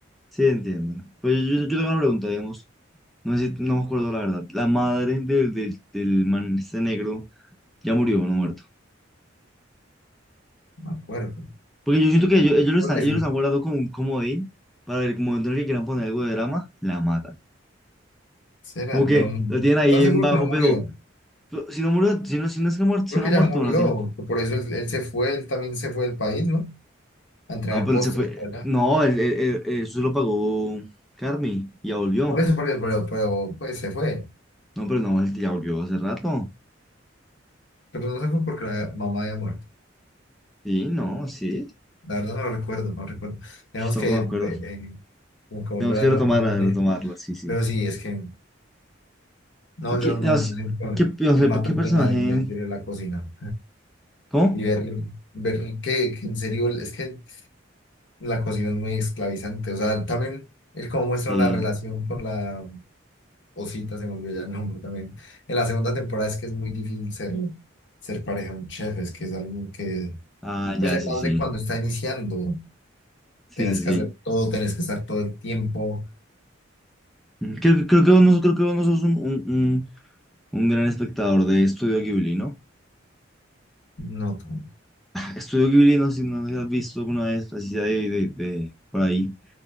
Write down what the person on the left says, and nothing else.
me acuerdo.
Creo
que
sí.
Será,
no,
no-
estaba seguro
que no murió.
Creo
que
ya
murió,
por eso él, él se fue, él también se fue del país, ¿no? A entrenar
postres
para
allá.
Por eso, por eso, pero, pero pues se fue.
Pero no se fue porque la mamá había muerto.
La verdad no lo recuerdo, no lo recuerdo. Tenemos
que,
eh,
eh, como que volver
a
hablar de
él.
Pero sí, es que, no,
yo no,
me
mata
el
tema de, de- de la cocina.
Y ver, ver que, que en serio, es que la cocina es muy esclavizante. O sea, también el cómo muestran
la relación con la Osita, se me olvidó ya el nombre también. En la segunda temporada es que es muy difícil ser, ser pareja de un chef, es que es alguien que,
pues además
de cuando está iniciando,
tenés
que
hacer todo, tenés que estar todo el tiempo.
No, tan-